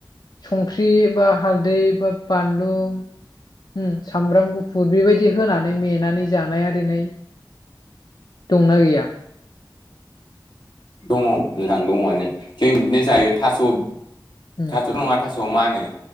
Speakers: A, on the left; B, on the left.
A: संख्रि बा हालदै बा बानलु ओम सामब्राम गुफुर बेबायदि होनानै मेनानै जानाय आरिना दंना गैया?
B: दङ' नोंथां दङ'आनो जों बिदिनो जायो थास'
A: उम
B: थास' नङा थास'आ मानो